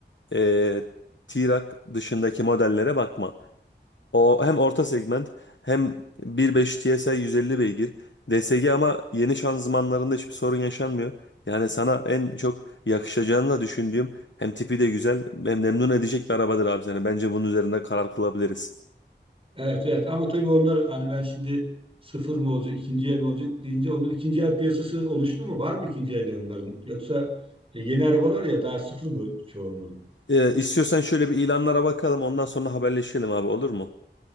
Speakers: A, on the left; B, on the right.
A: e, T-Roc dışındaki modellere bakma. O hem orta segment hem 1.5 TSI 150 beygir. DSG ama yeni şanzımanlarında hiçbir sorun yaşanmıyor. Yani sana en çok yakışacağını da düşündüğüm hem tipi de güzel hem memnun edecek bir arabadır abi seni. Bence bunun üzerinde karar kılabiliriz.
B: Evet evet ama tabii onlar hani ben şimdi sıfır mı olacak ikinci el mi olacak deyince onun ikinci el piyasası oluştu mu? Var mı ikinci el onların? Yoksa e, yeni arabalar ya daha sıfır mı çoğunluğu?
A: Ee, istiyorsan şöyle bir ilanlara bakalım ondan sonra haberleşelim abi olur mu?